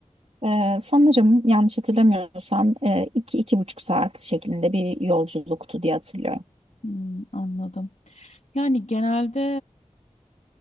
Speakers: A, on the right; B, on the left.
A: Ee, sanırım yanlış hatırlamıyorsam e, iki iki buçuk saat şeklinde bir yolculuktu diye hatırlıyorum.
B: Hmm, anladım. Yani genelde